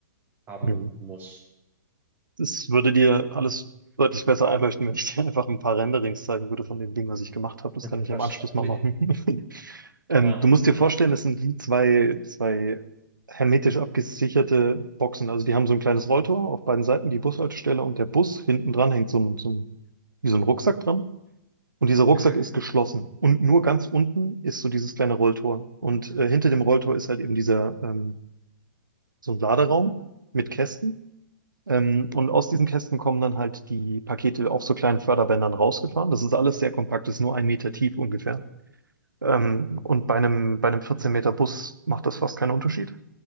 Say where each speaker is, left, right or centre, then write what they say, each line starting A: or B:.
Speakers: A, on the right (about 20°); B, on the right (about 80°).
A: haben
B: Mhm.
A: muss?
B: Das würde dir alles deutlich besser einleuchten, wenn ich dir einfach ein paar Renderings zeigen würde von dem Ding, was ich gemacht habe. Das
A: <laughs>
B: kann ich
A: Wahrscheinlich.
B: im Anschluss mal machen. <laughs> Ähm,
A: Ja.
B: du musst dir vorstellen, das sind wie zwei, zwei hermetisch abgesicherte Boxen. Also die haben so ein kleines Rolltor auf beiden Seiten, die Bushaltestelle und der Bus hinten dran hängt so ein, so ein, wie so ein Rucksack dran. Und dieser Rucksack
A: Mhm.
B: ist geschlossen. Und nur ganz unten ist so dieses kleine Rolltor. Und äh, hinter dem Rolltor ist halt eben dieser, ähm, so ein Laderaum mit Kästen. Ähm,
A: Mhm.
B: und aus diesen Kästen kommen dann halt die Pakete auf so kleinen Förderbändern rausgefahren. Das ist alles sehr kompakt, das ist nur ein Meter tief ungefähr. Ähm,
A: Mhm.
B: und bei einem, bei einem 14 Meter Bus macht das fast keinen Unterschied.